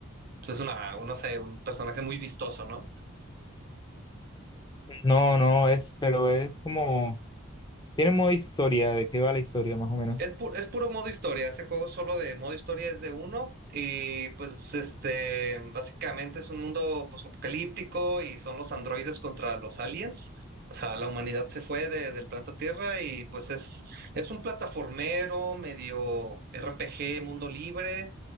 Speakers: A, on the right (about 45°); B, on the left (about 20°).
A: pues, es una, no sé, un personaje muy vistoso, ¿no?
B: No, no, es, pero es como, tiene modo historia, de qué va la historia más o menos.
A: el pu- es puro modo historia, ese juego solo de modo historia es de uno y pues este, básicamente es un mundo apocalíptico y son los androides contra los aliens. O sea, la humanidad se fue de- del planeta Tierra y pues es, es un plataformero medio RPG, mundo libre,